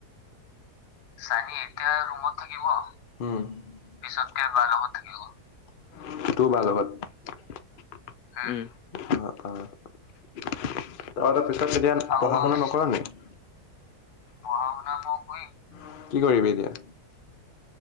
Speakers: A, on the left; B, on the left.
A: চানী এতিয়া ৰুমত থাকিব, পিছতকে বাৰ লগত থাকিব। তোৰ বাৰ লগত? হ অ
B: উম
A: অ তহঁতৰ পিছত এতিয়া পঢ়া শুনা নকৰ
B: আৰু ক
A: নেকি? পঢ়া শুনা মই কৰিম। কি কৰিবি এতিয়া?